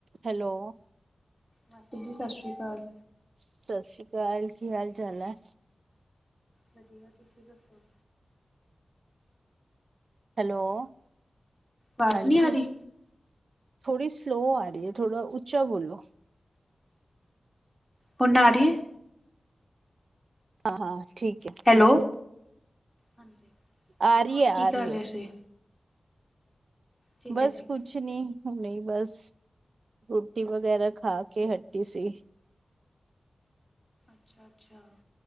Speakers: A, on the right (about 70°); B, in the centre.
A: Hello.
B: ਮਾਸੀ ਜੀ ਸਤਿ ਸ਼੍ਰੀ ਅਕਾਲ।
A: ਸਸ ਸ੍ਰੀ ਕਾਲ ਕੀ ਹਾਲ ਚਾਲ ਹੈ।
B: ਵਧੀਆ ਤੁਸੀਂ ਦੱਸੋ?
A: ਹੈਲੋ,
B: ਆਵਾਜ਼
A: ਹਾਂਜੀ।
B: ਨਹੀਂ ਆ ਰਹੀ
A: ਥੋੜੀ ਸਲੋ ਆ ਰਹੀ ਹੈ ਥੋੜਾ ਉੱਚਾ ਬੋਲੋ।
B: ਹੁਣ ਆ ਰਹੀ ਏ।
A: ਹਾਂ-ਹਾਂ ਠੀਕ ਐ ਠੀਕ
B: ਹੈਲੋ।
A: ਐ।
B: ਹਾਂਜੀ।
A: ਆ ਰੀ
B: ਹੋਰ
A: ਏ, ਆ
B: ਕੀ ਕਰ
A: ਰੀ
B: ਰਹੇ
A: ਏ।
B: ਸੀ ਠੀਕ
A: ਬਸ
B: ਹੈ ਠੀਕ
A: ਕੁ
B: ਹੈ।
A: ਛ ਨੀ ਹੁਣੇ ਹੀ ਬਸ ਰੋਟੀ ਵਗੈਰਾ ਖਾ ਕੇ ਹਟੀ ਸੀ।
B: ਅੱਛਾ-ਅੱਛਾ